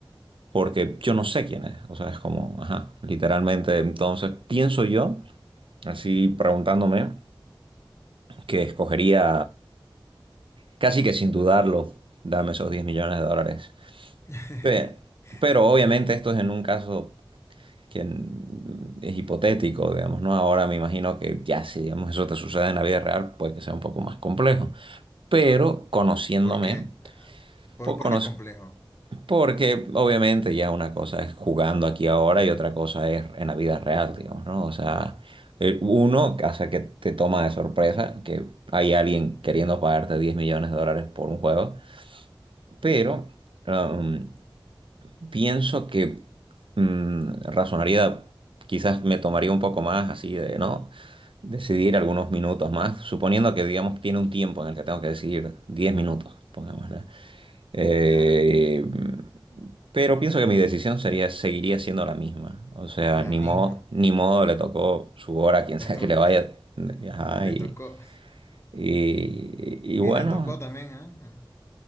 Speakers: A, on the right; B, on the left.
A: porque yo no sé quién es, o sea, es como, ajá, literalmente, entonces pienso yo, así preguntándome, que escogería casi que sin dudarlo, dame esos 10 millones de dólares.
B: <laughs>
A: Pe- Pero, obviamente esto es en un caso que es hipotético, digamos, ¿no? Ahora me imagino que ya si, digamos, eso te sucede en la vida real, puede que sea un poco más complejo. Pero conociéndome,
B: ¿Por qué? ¿Por,
A: pues,
B: por
A: conoz-
B: qué complejo?
A: porque obviamente ya una cosa es jugando aquí ahora y otra cosa es en la vida real, digamos, ¿no? O sea, eh, uno, hace que te toma de sorpresa que hay alguien queriendo pagarte 10 millones de dólares por un juego, pero... um, Pienso que mm, razonaría, quizás me tomaría un poco más así de, ¿no? Decidir algunos minutos más, suponiendo que, digamos, tiene un tiempo en el que tengo que decidir 10 minutos, pongámosle. Eh,
B: Ya,
A: pero pienso que mi decisión sería, seguiría siendo la misma. O sea,
B: la
A: ni
B: misma.
A: modo, ni modo le tocó su hora a quien
B: Le
A: sea
B: to-
A: que le vaya.
B: <laughs>
A: Ajá,
B: le
A: y,
B: tocó.
A: y, y bueno,
B: Y te tocó también, ¿ah? Ah,